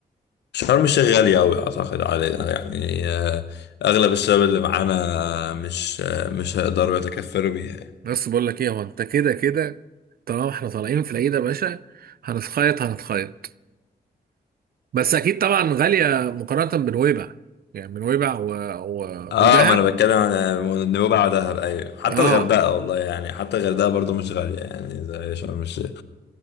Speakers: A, on the left; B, on the right.
A: شرم الشيخ غالية أوي أعتقد علينا يعني آه، أغلب الشباب اللي معانا مش آه، مش هيقدروا يتكفلوا بيها يعني.
B: بس بقول لك ايه هو انت كده كده طالما احنا طالعين في العيد يا باشا هنتخيط هنتخيط بس اكيد طبعا غالية مقارنة بنويبع يعني بنويبع و... و...
A: اه
B: ودهب
A: ما انا بتكلم عن نوبة دهب ايوه حتى
B: اه
A: الغردقه والله يعني حتى الغردقه برضو مش غاليه يعني زي شرم الشيخ